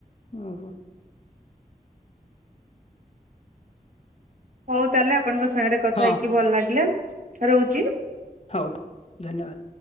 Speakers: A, on the left; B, on the right.
A: ଉଁ ହୁଁ।
B: ହଉ ତାହେଲେ ଆପଣଙ୍କ ସାଙ୍ଗରେ କଥା
A: ହଁ
B: ହେଇକି ଭଲ ଲାଗିଲା ରହୁଛି।
A: ହଉ ଧନ୍ୟବାଦ।